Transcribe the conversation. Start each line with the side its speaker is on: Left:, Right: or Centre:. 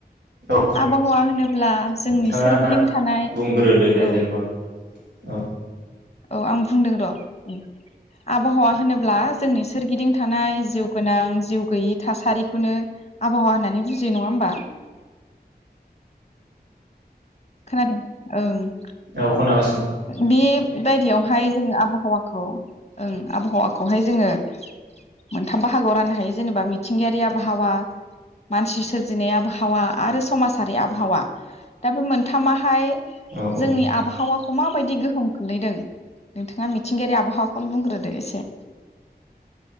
Right: औ
Left: आबहावा होनोब्ला जोंनि
Right: नोंथाङा
Left: सोरगिदिं थानाय औ।
Right: बुंग्रोदो दे जेनेबा औ
Left: औ आं बुंदों र'आबहावा होनोब्ला जोंनि सोरगिदिं थानाय जिउ। गोनां जिउ गैयि थासारिखौनो आबहावा होननानै बुजियो नङा होमबा। खोनादों ओं।
Right: औ खोनागासिनो।
Left: बे बायदियावहाय जोङो आबहावाखौ ओं आबहावाखौहाय जोङो मोनथाम बाहागोआव राननो हायो जेनेबा मिथिंगायारि आबहावा मानसि सोरजिनाय आबहावा आरो समाजारि आबहावा दा बे मोन थामाहाय।
Right: औ औ
Left: जोंनि आबहावा खौ माबायदि गोहोम खोलैदों नोंथाङा मिथिंगायारि आबहावाखौनो बुंग्रोदो एसे।